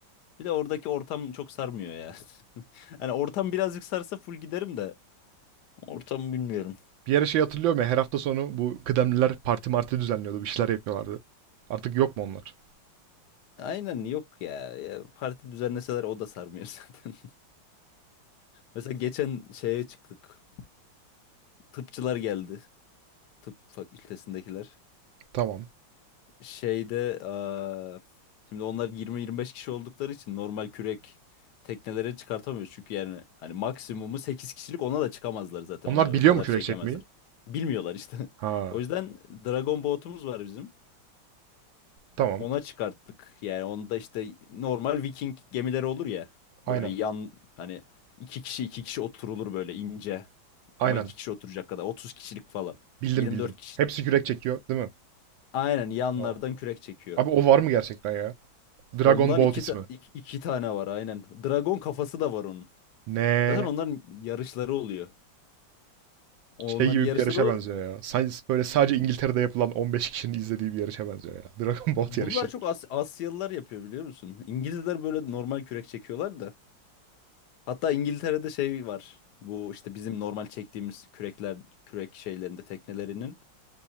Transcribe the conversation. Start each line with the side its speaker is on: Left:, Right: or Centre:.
Left: Bir de oradaki ortam çok sarmıyor ya. <laughs> Hani ortam birazcık sarsa full giderim de. Ortamı bilmiyorum.
Right: Bir ara şey hatırlıyorum ya her hafta sonu bu kıdemliler parti marti düzenliyordu. Bir şeyler yapıyorlardı. Artık yok mu onlar?
Left: Aynen yok ya. Ya parti düzenleseler o da sarmıyor <laughs> zaten. Mesela geçen şeye çıktık. Tıpçılar geldi. Tıp fakültesindekiler.
Right: Tamam.
Left: şeyde eee, şimdi onlar 20-25 kişi oldukları için normal kürek teknelere çıkartamıyoruz. Çünkü yani hani maksimumu 8 kişilik ona da çıkamazlar zaten.
Right: Onlar
Left: Onu
Right: biliyor
Left: o kadar
Right: mu kürek
Left: çekemezler.
Right: çekmeyi?
Left: Bilmiyorlar işte. <laughs>
Right: Ha.
Left: O yüzden Dragon botumuz var bizim.
Right: Tamam.
Left: Ona çıkarttık. Yani onda işte normal Viking gemileri olur ya.
Right: Aynen.
Left: Böyle yan hani iki kişi iki kişi oturulur böyle ince.
Right: Aynen.
Left: Ama iki kişi oturacak kadar. otuz kişilik falan.
Right: Bildim
Left: yirmi
Right: bildim.
Left: dört kişilik.
Right: Hepsi kürek çekiyor değil mi?
Left: Aynen yanlardan
Right: Tamam.
Left: kürek çekiyor.
Right: Abi o var mı gerçekten ya? Dragon
Left: Ondan
Right: Boat
Left: iki,
Right: ismi.
Left: ta- iki, iki tane var aynen. Dragon kafası da var onun.
Right: Ne?
Left: Zaten onların yarışları oluyor. Onların
Right: Şey gibi
Left: yarışları
Right: bir yarışa
Left: oluyor.
Right: benziyor ya. Sadece, böyle sadece İngiltere'de yapılan 15 kişinin izlediği bir yarışa benziyor ya. Dragon Boat
Left: Bunu
Right: yarışı.
Left: daha çok As- Asyalılar yapıyor biliyor musun? İngilizler böyle normal kürek çekiyorlar da. Hatta İngiltere'de şey var. Bu işte bizim normal çektiğimiz kürekler, kürek şeylerinde teknelerinin.